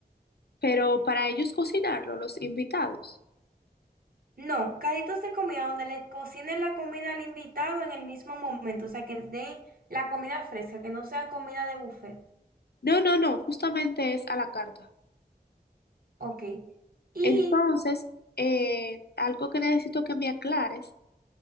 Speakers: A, on the left (about 70°); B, on the right (about 60°).
A: pero para ellos cocinarlo, los invitados.
B: No, carritos de comida donde le cocinen la comida al invitado en el mismo momento, o sea, que den la comida fresca, que no sea comida de buffet.
A: No, no, no, justamente es a la carta.
B: Ok. Y
A: Entonces, eh, algo que necesito que me aclares